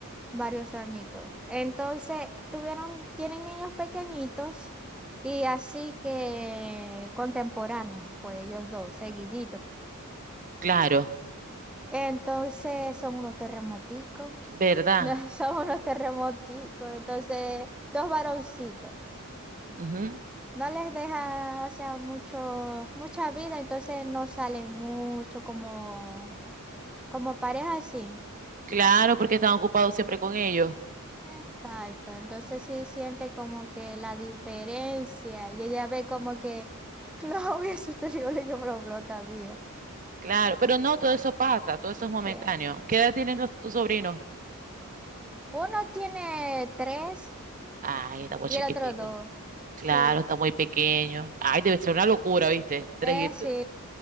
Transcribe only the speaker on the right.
Claro,
¿verdad?
Ujú.
Claro, porque están ocupados siempre con ellos.
Claro, pero no, todo eso pasa, todo eso es momentáneo.
¿Qué edad tienen los, tus sobrinos?
Ay, está muy
chiquitico.
Claro,
está muy pequeño. Ay, debe ser una locura, ¿viste? Tres
hijitos.